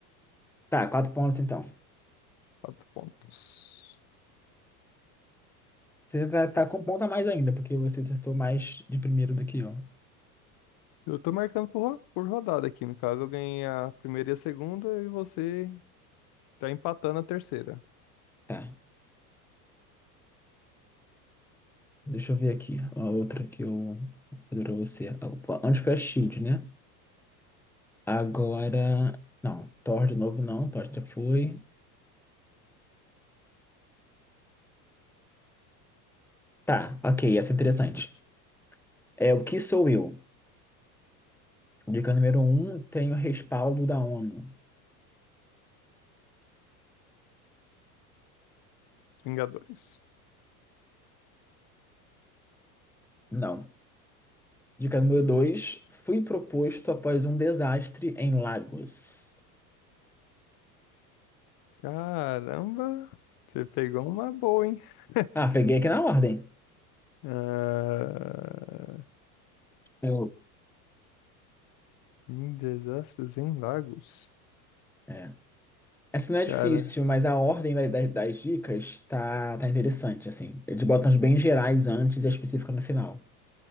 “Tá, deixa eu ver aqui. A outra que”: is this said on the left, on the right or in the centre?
Centre